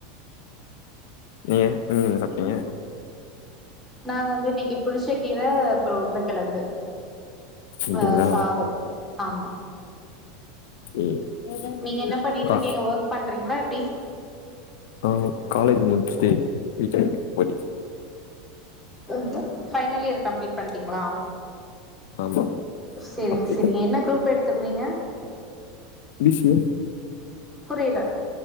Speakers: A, on the left (about 65°); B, in the centre.
A: நீங்க என்ன சாப்ட்டீங்க
B: நாங்க வந்து இன்னக்கிப் புளிச்ச கீர அப்றோ உருளக்கெழங்கு
A: ட்டீங்களா
B: ஆ சாதம் ஆமா
A: ம் ஏதாது
B: நீங்க
A: நீ
B: என்ன
A: <unintelligible>
B: பண்ணிட்டு
A: கா
B: இருக்கீங்க ஒர்க் பண்றீங்களா எப்டி
A: ஆ காலேஜ் முடிச்சுட்டு வீட்ல இருக்கே படிச்சு
B: <inaudible> ஃபைனல் இயர் கம்ப்ளீட் பண்ட்டீங்ளா
A: ஆமா
B: சேரிங்க
A: அப்டி
B: சேரிங்க என்ன குரூப் எடுத்துருந்தீங்க
A: பிசிஎ
B: புரில